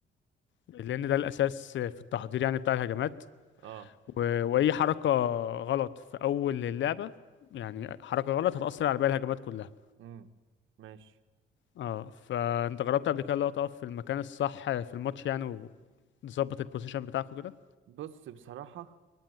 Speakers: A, on the left; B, on the right.
A: لان ده الاساس في التحضير يعني بتاع الهجمات
B: اه
A: و... واي حركه غلط في اول اللعبه يعني حركه غلط هتاثر على باقي الهجمات كلها
B: امم ماشي
A: اه فانت جربت قبل كده اللي هو تقف في المكان الصح في الماتش يعني وتظبط البوزيشن بتاعك وكده
B: بص بصراحة